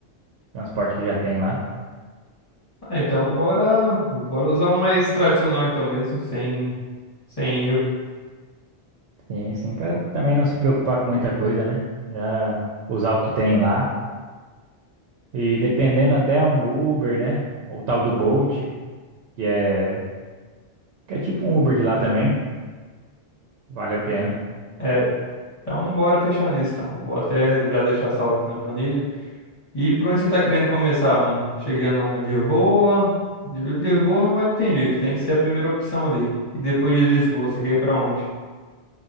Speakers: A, on the right; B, on the left.
A: transporte que já tem lá.
B: ah, então bora, bora usar o mais tradicional então mesmo, sem, sem erro.
A: Sim, sim, para também não se preocupar com muita coisa, né? Já usar o que tem lá. E dependendo até um Uber, né? Ou o tal do Bolt, que é, que é tipo um Uber de lá também, vale a pena.
B: é Então, bora fechar nisso, então. Vou até já deixar salvo aqui na planilha. E por onde você tá querendo começar, mano? Chegando lá, Lisboa. Li- Lisboa não vai ter jeito, tem que ser a primeira opção ali. E depois de Lisboa, você quer ir pra onde?